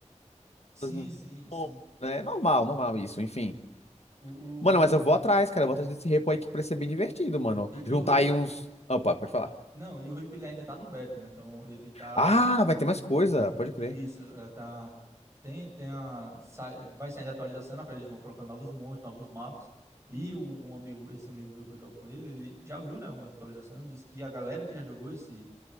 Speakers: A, on the right; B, on the left.
A: Sim,
B: coisas,
A: sim, sim.
B: né? Normal, normal isso, enfim.
A: O, o,
B: Mano,
A: o-
B: mas eu vou atrás, cara, eu vou atrás desse repo aí que parece ser bem divertido, mano.
A: E,
B: Juntar
A: e o Rip.
B: aí uns... Opa, pode falar.
A: Não, e o Rip ele ainda tá no beta, né? Então ele tá.
B: Ah, vai ter mais coisa, pode
A: Isso,
B: crer.
A: é, tá. Tem, tem a. sai- Vai saindo a atualização, né? Eles vão colocando novos monstros, novos mapas. E o, um amigo, esse amigo meu que eu jogo com ele, ele já viu, né? Uma atualização. Ele disse que a galera que já jogou esse